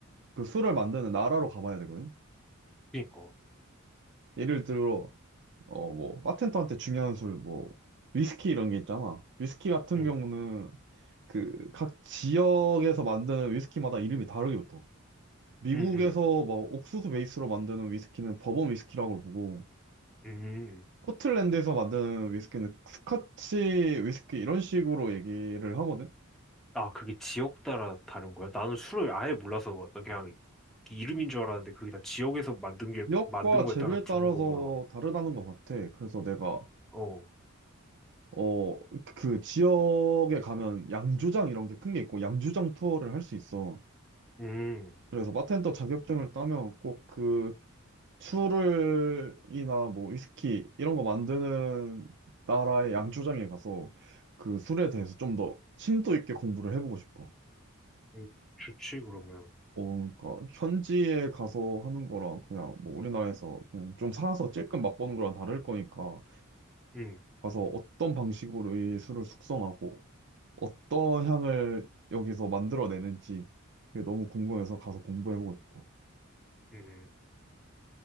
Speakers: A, on the right; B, in the centre.
A: 그 술을 만드는 나라로 가봐야 되거든.
B: 그니까.
A: 예를 들어, 어, 뭐, 바텐더한테 중요한 술, 뭐, 위스키 이런 게 있잖아. 위스키 같은
B: 응,
A: 경우는 그 각 지역에서 만드는 위스키마다 이름이 다르게 붙어. 미국에서
B: 응, 응,
A: 뭐 옥수수 베이스로 만드는 위스키는 버번 위스키라고 부르고,
B: 응.
A: 스코틀랜드에서 만드는 위스키는 스카치 위스키 이런 식으로 얘기를 하거든.
B: 아, 그게 지역 따라 다른 거야? 나는 술을 아예 몰라서 그냥 이름인 줄 알았는데 그게 다 지역에서 만든 게,
A: 지역과
B: 만든 거에
A: 재료에
B: 따라 붙는
A: 따라서
B: 거구나.
A: 다르다는 것 같아. 그래서 내가,
B: 어,
A: 어, 그 지역에 가면 양조장 이런 게 큰 게 있고, 양조장 투어를 할 수 있어.
B: 음.
A: 그래서 바텐더 자격증을 따면 꼭 그 술을이나 뭐 위스키 이런 거 만드는 나라의 양조장에 가서 그 술에 대해서 좀 더 심도 있게 공부를 해보고 싶어.
B: 음, 좋지, 그러면.
A: 어, 그러니까 현지에 가서 하는 거랑 그냥 뭐 우리나라에서 그냥 좀 사서 찔끔 맛보는 거랑 다를 거니까
B: 응,
A: 가서 어떤 방식으로 이 술을 숙성하고 어떤 향을 여기서 만들어내는지 그게 너무 궁금해서 가서 공부해보고 싶어.
B: 응.